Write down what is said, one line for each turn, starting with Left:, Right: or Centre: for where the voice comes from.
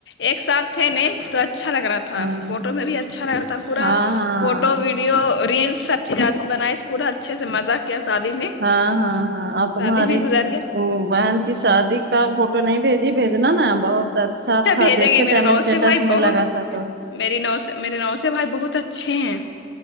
Left: ایک ساتھ تھے نے تو اچھا لگ رہا تھا
Right: ہاں
Left: تھا فوٹو میں بھی اچھا لگ رہتا تھا پورا
Right: ہاں
Left: فوٹو
Right: ہاں
Left: ویڈی ویڈیو ریلس سب چیز بنائی پورا اچھے سے مزہ کیا شادی میں
Right: ہاں ہاں ہاں اور تمہاری
Left: شادی بھی گزار گیا
Right: ا بہن کہ شادی کا فوٹو نہیں بھیجی بھیجنا نا بہت اچھا تھا
Left: بھیجیں
Right: دیکھے
Left: گے میرے
Right: تھے ہمیں
Left: نو
Right: اسٹیٹس
Left: سے بھائی
Right: میں
Left: بہت
Right: لگا تھا تو
Left: میری نوس میرے نوس بھائی بہت اچھی ہیں